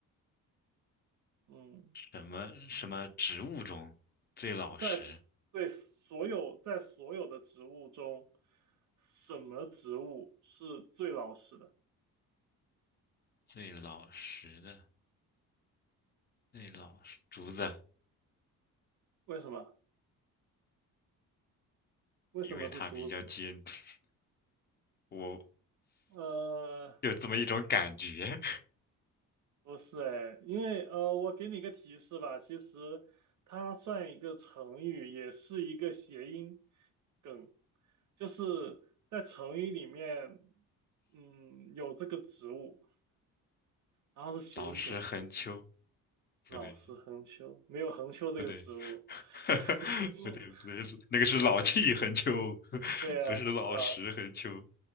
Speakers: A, on the right; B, on the left.
A: 嗯，
B: 什么什么植物中最老实？
A: 在 s- 对所有在所有的植物中，什么植物是最老实的？
B: 最老实的，最老实，竹子，
A: 为什么？为什么是竹子？
B: 因为它比较尖，<laughs> 我
A: 呃。
B: 有这么一种感觉。<laughs>
A: 不是哎，因为呃，我给你个提示吧，其实它算一个成语，也是一个谐音梗，就是在成语里面，嗯，有这个植物，然后是谐音梗，
B: 老实横秋，
A: 老实横秋，
B: 不对，
A: 没有横秋这个植物。
B: 不对，<laughs>
A: <laughs>
B: 不对，不对，那个是老气横秋，<laughs>
A: 对呀，
B: 不是老实横秋，
A: 老师，